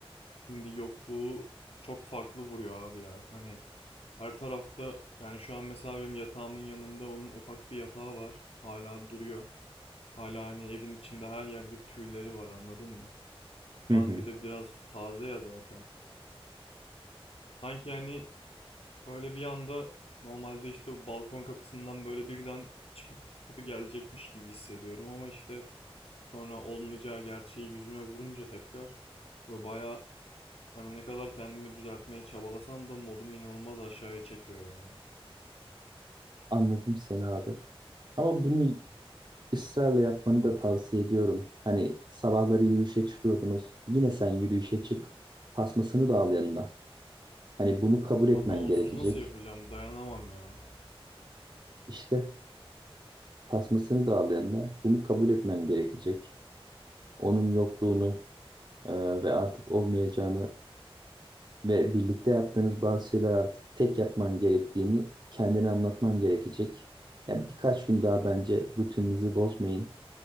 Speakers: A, on the left (about 75°); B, on the right (about 45°).
A: Şimdi yokluğu çok farklı vuruyor abi ya. Hani her tarafta yani şu an mesela benim yatağımın yanında onun ufak bir yatağı var. Hala duruyor. Hala hani evin içinde her yerde tüyleri var anladın mı? Şu
B: Hı hı.
A: an bir de biraz taze ya zaten. Sanki hani böyle bir anda normalde işte bu balkon kapısından böyle birden çıkıp pıtı pıtı gelecekmiş gibi hissediyorum ama işte sonra olmayacağı gerçeği yüzüme vurunca tekrar bu bayağı Hani ne kadar kendimi düzeltmeye çabalasam da modumu inanılmaz aşağıya çekiyor yani.
B: Anladım seni abi. Ama bunu ısrarla yapmanı da tavsiye ediyorum. Hani sabahları yürüyüşe çıkıyordunuz. Yine sen yürüyüşe çık. Tasmasını da al yanına. Hani bunu kabul etmen
A: Abi onsuz
B: gerekecek.
A: nasıl yapacağım? Dayanamam ya.
B: İşte tasmasını da al yanına. Bunu kabul etmen gerekecek. Onun yokluğunu e, ve artık olmayacağını Ve birlikte yaptığınız bazı şeyler artık tek yapman gerektiğini kendine anlatman gerekecek. Yani birkaç gün daha bence rutininizi bozmayın.